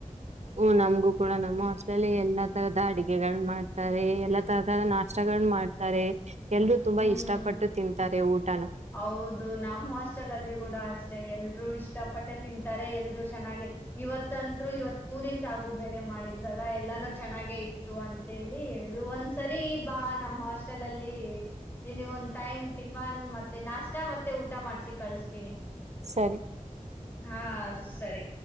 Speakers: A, on the right; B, on the left.
A: ಹ ನಮಗೂ ಕೂಡ ನಮ್ಮ ಹಸ್ಟ್ಲ್ಲಿ ಎಲ್ಲಾ ತರಹದ ಅಡಗೆಗಳನ್ನ ಮಾಡ್ತಾರೆ. ಎಲ್ಲಾ ತರದ ನಾಷ್ಟಗಳ ಮಾಡ್ತಾರೆ. ಎಲ್ರೂ ತುಂಬಾ
B: ಹ್ಮ್
A: ಇಷ್ಟಪಟ್ಟು ತಿಂತಾರೆ ಊಟನ
B: ಹೌದು. ನಮ್ಮ್ ಹಾಸ್ಟೆಲ್ ಅಲ್ಲಿ ಗೂಡ ಅಸ ಎಲ್ರುೂ ಇಷ್ಟ ಪಟ್ಟೆ ತಿಂತಾರೆ. ಎಲ್ರು ಚೆನ್ನಾಗೆ, ಇವತ್ಂತ್ರು ಇವತ್ ಪೂರಿ, ಸಾಗು, ಬೇರೆ ಮಾಡಿದ್ರಲ್ಲ ಎಲ್ಲಾನೂ ಚೆನ್ನಾಗೆ ಇತ್ತು ಅಂತೇಳಿ, ಕೆಲವೊಂದ ಒಂದ್ಸರಿ ಬಾ ನಮ್ ಹಾಸ್ಟೆಲ್ ಅಲ್ಲಿ, ನಿನಗ ಒಂದ್ ಟೈಮ್ ಟಿಫನ್ ಮತ್ತೆ ನಾಷ್ಟಾ ಮತ್ತೆ, ಊಟ ಮಾಡ್ಸಿ ಕಳಸ್ತೀನಿ.
A: ಸರಿ.
B: ಹಾ ಸರಿ,